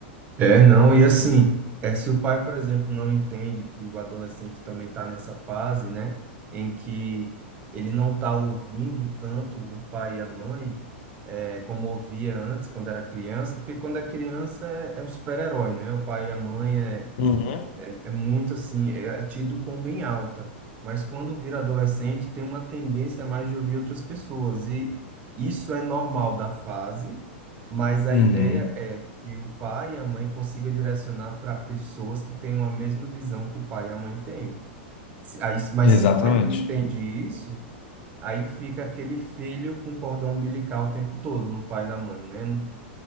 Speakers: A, on the right; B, on the left.
A: É, não, e assim, é, se o pai, por exemplo, não entende que o adolescente também está nessa fase, né, em que ele não está ouvindo tanto o pai e a mãe, é, como ouvia antes, quando era criança, porque quando é criança é, é um super-herói, né? O pai e a mãe é
B: Uhum.
A: é, é muito assim, é, é tido como bem alta. Mas quando vira adolescente, tem uma tendência a mais de ouvir outras pessoas. E isso é normal da fase, mas a
B: Uhum,
A: ideia é que o pai e a mãe consigam direcionar para pessoas que tenham a mesma visão que o pai e a mãe têm. Se- aí- Mas
B: exatamente.
A: se o pai não entende isso, Aí fica aquele filho com cordão umbilical o tempo todo, no pai e na mãe, né? No-